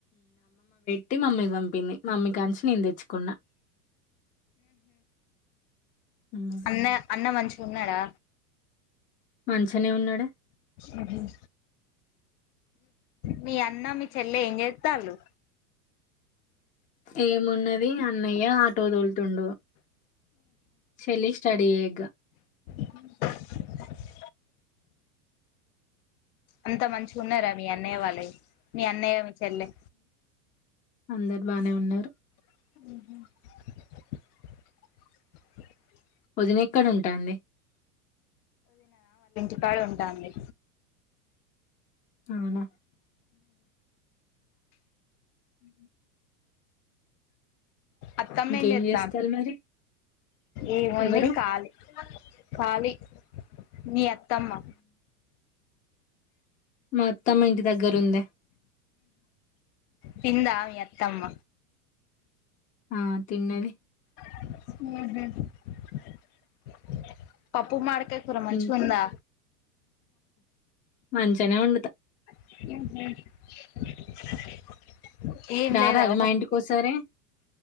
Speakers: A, on the left (about 20°); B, on the left (about 75°).
A: ట్టి మమ్మీకి పంపింది మమ్మీ కాంచి నేను తెచ్చుకున్నా ఉమ్,
B: అన్న అన్న మంచిగా ఉన్నాడా
A: మంచనే ఉన్నాడా
B: అ మీ అన్న మీ చెల్లె ఏం చేస్త వాళ్ళు
A: ఏమున్నది అన్నయ్య టో తోల్తుండ చెల్లి స్టడీ చేయగా
B: <inaudible>
A: <inaudible>
B: అంతా మంచిగా ఉన్నారా మీ అన్నయ్య వాళ్ళవి మీ అన్నయ్య మీ చెల్లె
A: అందరు బానే ఉన్నారు
B: <unintelligible>
A: వదిన ఎక్కడ ఉంటాంది
B: క్కడు ఉంటాంది
A: అవునా ఉ
B: అత్తమ్మ
A: ఇంకేం
B: ఎత్తా
A: చేస్తారు మరి
B: ఏముంది
A: ఎవరు?
B: ఖళీ ఖళీ మీ అత్తమ్మ
A: మొత్తం ఇంటి దగ్గరు ఉంది
B: తిన్నదా మత్తమ్మ
A: ఆ తిన్నవి
B: హ పప్పు మకా కురా మంచి
A: ఇంకా
B: ఉందా
A: అంచనే ఉండుతా
B: <unintelligible> ఏం
A: రారాదు
B: లేదా ఒక
A: మా ఇంటికోసారి